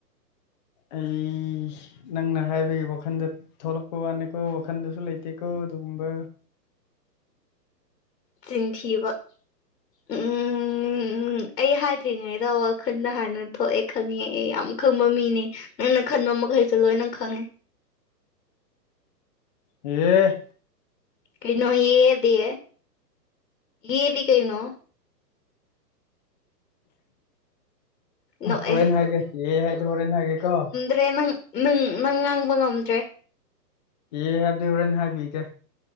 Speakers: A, on the left; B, on the left.
A: ꯎꯝ ꯅꯪꯅ ꯍꯥꯏꯕꯒꯤ ꯋꯥꯈꯟꯗ ꯊꯣꯛꯂꯛꯄ ꯋꯥꯅꯤꯀꯣ ꯋꯥꯈꯟꯗꯁꯨ ꯂꯩꯇꯦꯀꯣ ꯑꯗꯨꯒꯨꯝꯕ
B: ꯆꯟꯊꯕ ꯎꯝ ꯎꯝ ꯎꯝ ꯑꯩ ꯍꯥꯏꯗ꯭ꯔꯤꯉꯩꯗ ꯋꯥꯈꯜꯗ ꯍꯥꯟꯅ ꯊꯣꯛꯑꯦ ꯈꯪꯉꯦ ꯑꯩ ꯌꯥꯝ ꯈꯪꯕ ꯃꯤꯅꯦ ꯅꯪꯅ ꯈꯟꯕ ꯃꯈꯩꯁꯨ ꯂꯣꯏꯅ ꯈꯪꯉꯦ
A: ꯎꯝ
B: ꯀꯩꯅꯣ ꯌꯦꯗꯤ ꯌꯦꯗꯤ ꯀꯩꯅꯣ ꯅꯣꯛꯑꯦ
A: ꯍꯣꯔꯦꯟꯦꯟ ꯍꯥꯏꯒꯦ ꯑꯦ ꯍꯥꯏꯗꯨ ꯍꯣꯔꯦꯟꯦꯟ ꯍꯥꯏꯒꯦꯀꯣ
B: ꯐꯔꯦ ꯅꯪ ꯅꯪ ꯉꯥꯡꯕ ꯉꯝꯗ꯭ꯔꯦ
A: ꯑꯦ ꯍꯥꯏꯕꯗꯤ ꯍꯣꯔꯦꯟ ꯍꯥꯏꯕꯤꯒꯦ